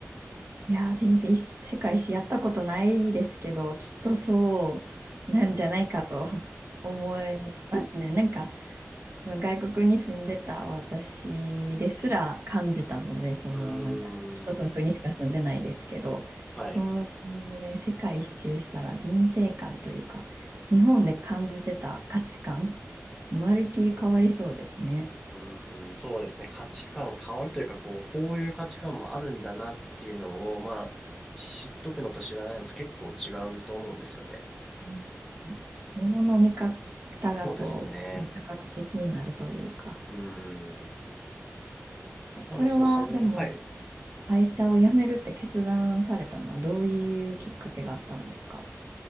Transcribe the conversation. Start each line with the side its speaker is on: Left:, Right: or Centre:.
Right: いやー、人生一、世界史やったことないですけど、きっとそうなんじゃないかと <laughs> 思いますね。なんか、まあ外国に住んでた私ですら感じたので、そのなんか一つの国しか住んでないですけど、
Centre: うーん。はい。
Right: それ世界一周したら人生観というか、日本で感じてた価値観、まるっきり変わりそうですね。
Centre: うーん、そうですね。価値観変わるというか、こう、こういう価値観もあるんだなっていうのを、まあ、知っとくのと知らないのと結構違うと思うんですよね。
Right: うん物の見方がこう、
Centre: そうですね。
Right: ね、多角的になるというか、
Centre: うーん。まあ、多分そう、
Right: それはでも
Centre: それ、はい。
Right: 会社を辞めるって決断されたのはどういうきっかけがあったんですか